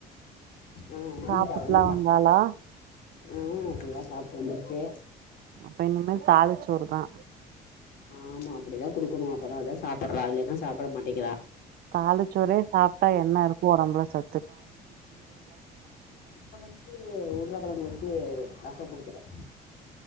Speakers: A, on the left (about 65°); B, on the right (about 65°).
A: ஆஹ் வந்துட்டா
B: சாப்புட்லா
A: வந்துட்டா
B: வந்தாளா
A: ஆஹ் அப்படல்லாம் சாப்பிட்டு வந்தருச்சு
B: அப்ப இனிமே தாலிச்சோறு <unintelligible>
A: ஆமா அப்படிதான் குடுக்கணும் அப்பன அதான் சாப்பிடறா இல்லைன்னா சாப்பிட மாட்டேங்கிறா
B: தாலுச்சோறே சாப் டா என்ன இருக்கும் உடம்பல ச
A: இப்ப வந்து உருளக்கிழங்கு வச்சு ரசம் கொடுத்துட்டேன்